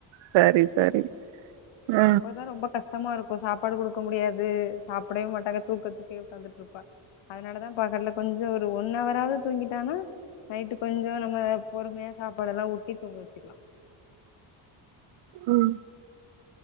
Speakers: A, on the right (about 75°); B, on the left (about 80°).
A: சரி சரி ஆ
B: அப்போதான் ரொம்ப கஷ் டமா இருக்கும் சாப்பாடு குடுக்க முடியாது சாப்பிடவே மாட்டாங்க தூக்கத்துக்கே உட்காந்துட்டுருப்பா அதனாலதான் பாக்கற கொஞ்சம் ஒரு ஒன் அவராவது தூங்கிட்டானா நைட்டு கொஞ்சம் நம்ம பொறுமையா சாப்பாடல்லாம் ஊட்டி தூங்க வச்சுக்கலாம்
A: ம்